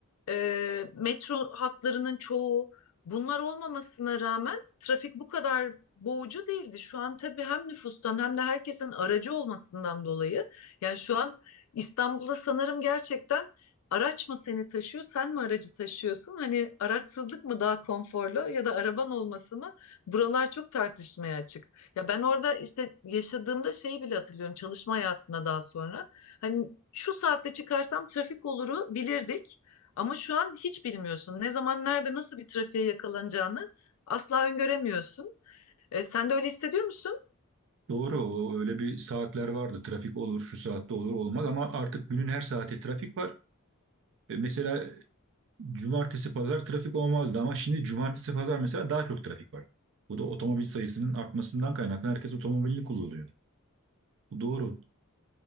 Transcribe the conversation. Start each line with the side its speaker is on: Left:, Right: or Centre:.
Left: ee, metro hatlarının çoğu bunlar olmamasına rağmen trafik bu kadar boğucu değildi. Şu an tabii hem nüfustan hem de herkesin aracı olmasından dolayı yani şu an İstanbul'da sanırım gerçekten araç mı seni taşıyor, sen mi aracı taşıyorsun? Hani araçsızlık mı daha konforlu ya da araban olması mı? Buralar çok tartışmaya açık. Ya ben orada işte yaşadığımda şeyi bile hatırlıyorum çalışma hayatında daha sonra. Hani şu saatte çıkarsam trafik oluru bilirdik. Ama şu an hiç bilmiyorsun. Ne zaman, nerede, nasıl bir trafiğe yakalanacağını asla öngöremiyorsun. E, sen de öyle hissediyor musun?
Right: Doğru o öyle bir saatler vardı. Trafik olur, şu saatte olur, olmaz ama artık günün her saati trafik var. E, Mesela cumartesi pazar trafik olmazdı ama şimdi cumartesi pazar mesela daha çok trafik var. Bu da otomobil sayısının artmasından kaynaklı herkes otomobilini kullanıyor. Bu doğru.